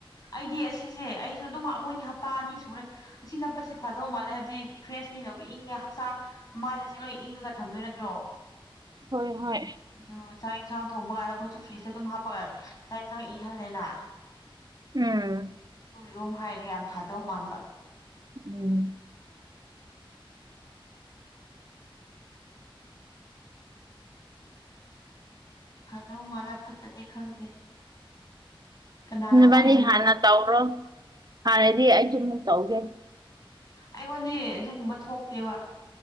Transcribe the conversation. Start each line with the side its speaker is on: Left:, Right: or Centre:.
Left: ꯑꯩꯗꯤ ꯑꯁꯤꯁꯦ ꯑꯩꯁꯨ ꯑꯗꯨꯝ ꯑꯩꯈꯣꯏꯅꯤ ꯍꯞꯇꯥ ꯑꯅꯤ ꯁꯨꯔꯦ ꯑꯁꯤ ꯅꯞꯄꯁꯦ ꯐꯗꯧ ꯃꯥꯜꯂꯦ ꯍꯥꯏꯕꯗꯤ ꯐ꯭ꯔꯦꯁꯅꯤꯅꯕꯨ ꯏꯪꯉꯦ ꯍꯛꯆꯥꯡ ꯃꯥꯏꯗꯁꯦ ꯂꯣꯏ ꯏꯪꯉꯒ ꯊꯝꯗꯣꯏ ꯅꯠꯇ꯭ꯔꯣ
Right: ꯍꯣꯏ ꯍꯣꯏ
Left: ꯑꯗꯨ ꯆꯥꯛ ꯌꯦꯟꯁꯥꯡ ꯊꯣꯡꯕ ꯀꯥꯟꯗ ꯑꯩꯈꯣꯏꯁꯨ ꯐ꯭ꯔꯤꯖꯇ ꯑꯗꯨꯝ ꯍꯥꯞꯄꯒ ꯆꯥꯛ ꯌꯦꯟꯁꯥꯡ ꯏꯪꯍꯜꯂꯦꯅ
Right: ꯎꯝ
Left: ꯔꯣꯝ ꯍꯥꯏꯔ ꯌꯥꯝ ꯐꯥꯗꯧ ꯃꯥꯟꯕ
Right: ꯎꯝ
Left: ꯐꯗꯣ ꯃꯥꯥꯜꯂꯥ ꯐꯠꯇꯗꯤ ꯈꯪꯗꯦ ꯀꯅꯥꯅ
Right: ꯅꯕꯥꯅꯤ
Left: ꯍꯥꯏꯔꯤꯅꯣꯕ
Right: ꯍꯥꯟꯅ ꯇꯧꯔꯣ ꯐꯥꯔꯗꯤ ꯑꯩ ꯁꯨ ꯇꯧꯒꯦ
Left: ꯑꯩꯉꯣꯟꯅꯦ ꯑꯗꯨꯒꯨꯝꯕ ꯊꯣꯛꯇꯦꯕ